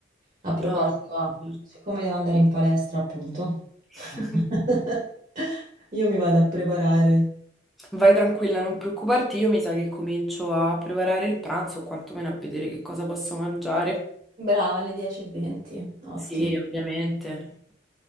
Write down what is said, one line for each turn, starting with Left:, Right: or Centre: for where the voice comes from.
Right: A
Centre: No,
Right: proposito, ah,
Centre: no.
Right: siccome devo andare in palestra, appunto,
Centre: <laughs>
Right: <laughs> io mi vado a preparare.
Centre: vai tranquilla, non preoccuparti, io mi sa che comincio a preparare il pranzo o quantomeno a vedere che cosa posso mangiare.
Right: Brava, alle 10.20, ottimo.
Centre: Sì, ovviamente.